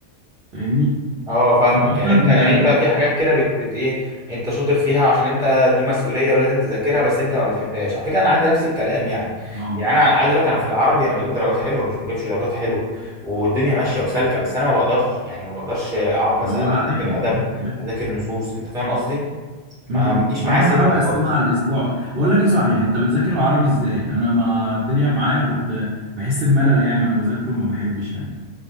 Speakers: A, on the right; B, in the centre.
A: فاهمني
B: اه فاهمك
A: انت اصلا
B: يعني
A: انت
B: انت يعني
A: انت
B: انت في حاجات كده بت, بت ايه انت شاطر فيها عشان انت دي مسؤوليه ولازم تذاكرها بس انت ما بتحبهاش على فكره انا عندي نفس الكلام يعني
A: اه
B: يعني انا عايز اقول لك انا في العربي انا بجيب درجات حلوه مش بجيبش درجات حلوه والدنيا ماشيه وسالكه بس انا ما بقدرش يعني ما بقدرش اقعد مثلا
A: ما هو لا
B: اذاكر
A: رخم
B: ادب
A: رخم رخم
B: اذاكر نصوص انت فاهم قصدي ما
A: امم
B: بتجيش
A: ما
B: معايا
A: هو انا
B: سكه
A: بحاول اقسمها
B: خالص
A: على الاسبوع بقى بقول لك ايه صحيح انت بتذاكر العربي ازاي انا ما الدنيا معايا بت... بحس بملل يعني وانا بذاكره ما بحبش يعني